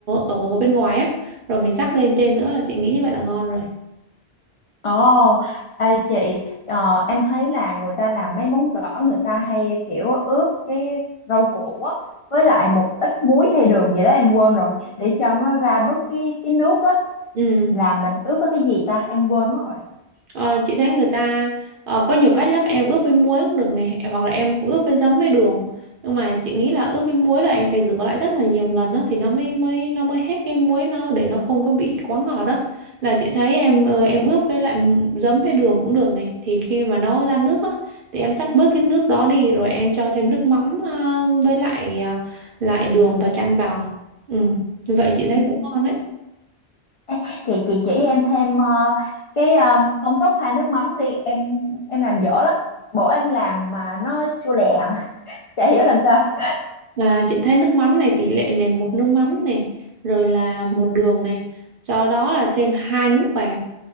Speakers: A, on the right; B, on the left.
A: ở bên ngoài á rồi mình rắc lên trên nữa là chị nghĩ như vậy là ngon rồi.
B: Ồ, ê chị, ờ, em thấy là người ta làm mấy món gỏi người ta hay kiểu ướp cái rau củ á, với lại một ít muối hay đường gì đó em quên rồi để cho nó ra bớt cái cái nước á
A: Ừ.
B: là mình ướp với cái gì ta em quên mất rồi.
A: Ờ, chị thấy người ta ờ, có nhiều cách lắm em ướp với muối cũng được này hoặc là em ướp với giấm với đường nhưng mà chị nghĩ là ướp với muối là em phải rửa lại rất là nhiều lần đó thì nó mới mới nó mới hết cái muối nó để nó không có bị quá ngọt đó là chị thấy em ờ, em ướp với lại giấm với đường cũng được này thì khi mà nó ra nước á thì em chắt bớt cái nước đó đi rồi em cho thêm nước mắm ờ, với lại ờ, lại đường và chan vào ừ. Như vậy chị thấy
B: Ừ.
A: cũng ngon đấy
B: Ê, chị chị chỉ em thêm ờ, cái ờ, công thức pha nước mắm đi em em làm dở lắm bữa em làm mà nó chua lè à. <laughs> chả hiểu làm sao
A: Và chị thấy nước mắm này tỷ lệ này một nước mắm này rồi là một đường này do đó là thêm hai nước vào